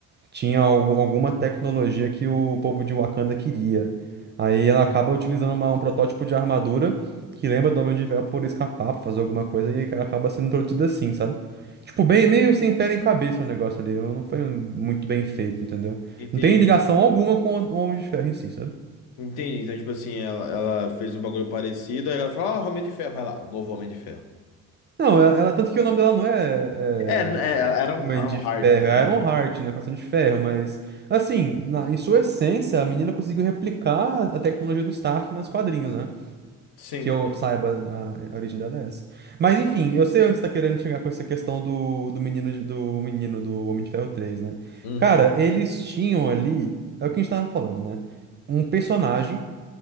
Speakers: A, on the right; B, on the left.
A: tinha al- alguma tecnologia que o povo de Wakanda queria. Aí ela acaba utilizando uma- um protótipo de armadura que lembra do Homem de Ferro por escapar, pra fazer alguma coisa, e ela acaba sendo introduzida assim, sabe? Tipo, bem, meio sem pé nem cabeça o negócio ali. Não foi muito bem feito, entendeu?
B: Entendi.
A: Não tem ligação alguma com o Homem de Ferro em si, sabe?
B: Entendi. Então, tipo assim, ela, ela fez um bagulho parecido, aí ela falou, ó, Homem de Ferro, vai lá, o novo Homem de Ferro.
A: Não, ela, ela- tanto que o nome dela não é,
B: É, é
A: é
B: era um
A: Homem
B: Ironheart,
A: de Ferro,
B: né?
A: é Ironheart, né? Coração de Ferro, mas assim, na- em sua essência, a menina conseguiu replicar a tecnologia do Stark nos quadrinhos, né?
B: Sim.
A: Que eu
B: É,
A: saiba, a, a origem dela é essa. Mas enfim, eu sei onde você tá querendo chegar com essa questão do, do menino de- do menino do Homem de Ferro três, né?
B: Uhum.
A: Cara, eles tinham ali, é o que a gente tava falando, né? Um personagem